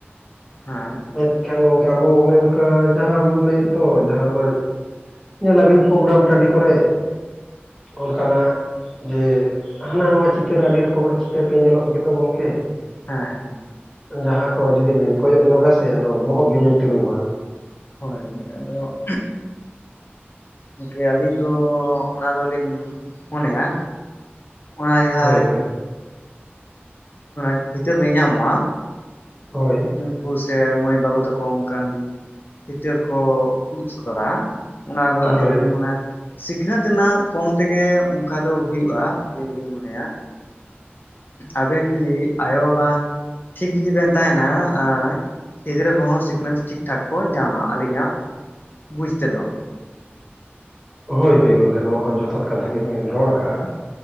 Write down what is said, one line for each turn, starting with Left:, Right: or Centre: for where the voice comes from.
Left: ᱦᱮᱸ
Centre: ᱢᱮᱱᱠᱷᱟᱱ ᱜᱚᱝᱠᱮ ᱟᱵᱚ ᱚᱱᱮ ᱚᱱᱠᱟ ᱡᱟᱦᱟᱸ ᱵᱚᱱ ᱞᱟᱹᱭᱮᱫ ᱫᱚ ᱡᱟᱸᱦᱟ ᱚᱱᱟ ᱧᱮᱞᱟᱵᱤᱱ ᱯᱨᱳᱜᱨᱟᱢ ᱴᱟᱺᱰᱤ ᱠᱚᱨᱮᱫ ᱚᱱᱠᱟᱱᱟᱜ ᱡᱮ ᱦᱟᱱᱟ ᱱᱚᱣᱟ ᱪᱤᱛᱟᱹᱨ ᱟᱹᱰᱤ ᱨᱚᱠᱚᱢᱟᱜ ᱪᱤᱛᱟᱹᱨ ᱜᱮ ᱧᱮᱞᱚᱜ ᱜᱮᱫᱚ ᱜᱚᱢᱠᱮ
Left: ᱦᱮᱸ ᱦᱮ
Centre: ᱡᱟᱦᱟᱸ ᱠᱚᱣᱟᱜ ᱡᱩᱫᱤ ᱵᱤᱱ ᱠᱚᱭᱚᱜ ᱧᱚᱜᱟ ᱥᱮ ᱟᱫᱚ ᱵᱚᱦᱚᱜ ᱜᱮᱵᱤᱱ ᱛᱤᱨᱩᱵᱟ
Left: ᱦᱳᱭ ᱟᱫᱚ ᱜᱚᱢᱠᱮ ᱟᱹᱞᱤᱧ ᱫᱚ ᱚᱱᱟ ᱫᱚᱞᱤᱧ ᱢᱚᱱᱮᱭᱟ ᱚᱱᱟ ᱡᱟᱦᱟᱸ
Centre: ᱦᱳᱭ ᱦᱳᱭ
Left: ᱚᱱᱟ ᱪᱤᱛᱟᱹᱨ ᱫᱚ ᱧᱮᱧᱟᱢᱚᱜᱼᱟ
Centre: ᱦᱳᱭ
Left: ᱩᱱᱠᱩ ᱥᱮ ᱢᱟᱹᱭ ᱵᱟᱹᱵᱩ ᱛᱟᱠᱚ ᱚᱱᱠᱟᱱ ᱪᱤᱛᱟᱹᱨ ᱠᱚ ᱩᱫᱩᱜ ᱥᱚᱫᱚᱨᱟ ᱚᱱᱟ ᱠᱚᱫᱚ
Centre: ᱦᱳᱭ
Left: ᱟᱹᱞᱤᱧ ᱫᱚᱞᱤᱧ ᱢᱚᱱᱮ ᱥᱤᱠᱷᱱᱟᱹᱛ ᱨᱮᱱᱟᱜ ᱠᱚᱢ ᱛᱮᱜᱮ ᱚᱱᱠᱟ ᱫᱚ ᱦᱩᱭᱩᱜᱼᱟ ᱟᱹᱞᱤᱧ ᱫᱚᱞᱤᱧ ᱢᱚᱱᱮᱭᱟ ᱟᱵᱮᱱ ᱡᱩᱫᱤ ᱟᱭᱳᱵᱟᱵᱟ ᱴᱷᱤᱠ ᱡᱩᱫᱤ ᱵᱮᱱ ᱛᱟᱦᱮᱱᱟ <unintelligible> ᱜᱤᱫᱽᱨᱟᱹ ᱠᱚᱦᱚᱸ ᱥᱤᱠᱷᱱᱟᱹᱛ ᱴᱷᱤᱠ ᱴᱷᱟᱠ ᱠᱚ ᱧᱟᱢᱟ ᱟᱹᱞᱤᱧᱟᱜ ᱵᱩᱡᱛᱮᱫᱚ
Centre: ᱦᱳᱭ ᱦᱳᱭ ᱜᱚᱢᱠᱮ ᱱᱚᱣᱟ ᱦᱚᱸ ᱡᱚᱛᱷᱟᱛ ᱠᱟᱛᱷᱟ ᱜᱮᱵᱤᱱ ᱨᱚᱲ ᱠᱟᱜᱼᱟ